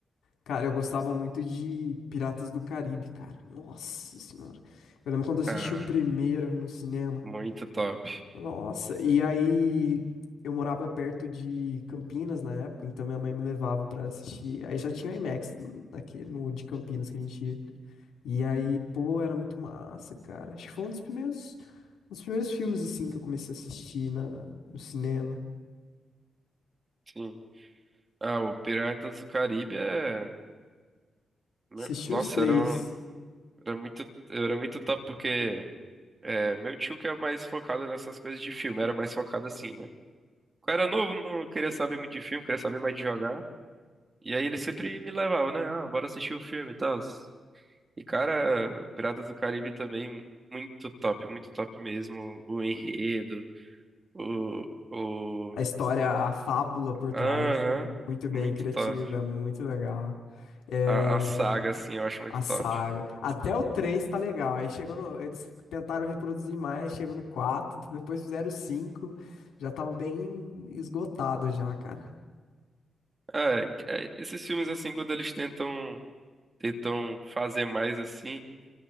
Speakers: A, on the left; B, on the right.
A: Cara, eu gostava muito de Piratas do Caribe, cara. Nossa Senhora. Eu lembro quando eu assisti
B: Ah,
A: o primeiro no cinema.
B: muito top.
A: Nossa, e aí eu morava perto de Campinas na época, então minha mãe me levava pra assistir. Aí já tinha IMAX aqui no de Campinas que a gente ia. E aí, pô, era muito massa, cara. Acho que foi um dos primeiros, um dos primeiros filmes assim que eu comecei a assistir na, no cinema.
B: Sim. Ah, o Piratas do Caribe é. meu-
A: Assisti
B: Nossa,
A: os três.
B: era, um- era muito, era muito top porque é, meu tio que é mais focado nessas coisas de filme, era mais focado assim, né? Quando eu era novo, não queria saber muito de filme, queria saber mais de jogar. E aí ele sempre me levava, né? Ah, bora assistir o filme e tal. E, cara, Piratas do Caribe também, muito top, muito top mesmo. O enredo, o... o...
A: A história, a fábula por trás
B: Aham,
A: é muito bem
B: muito
A: criativa,
B: top.
A: é muito legal. É,
B: A, a saga, assim, eu acho muito
A: A saga.
B: top.
A: Até o 3 tá legal. Aí chegou no. Eles tentaram reproduzir mais, chegou no 4 depois fizeram o 5. Já tava bem esgotado já, cara.
B: Ah, é- é, esses filmes, assim, quando eles tentam, tentam fazer mais, assim,